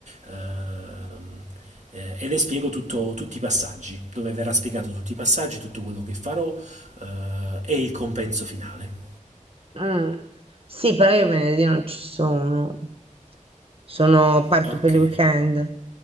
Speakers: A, on the right; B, on the right.
A: ehm, eh, e le spiego tutto- tutti i passaggi, dove verrà spiegato tutti i passaggi, tutto quello che farò eh, e il compenso finale.
B: Mm, sì, però io venerdì non ci sono, sono, parto
A: Ok.
B: per il weekend.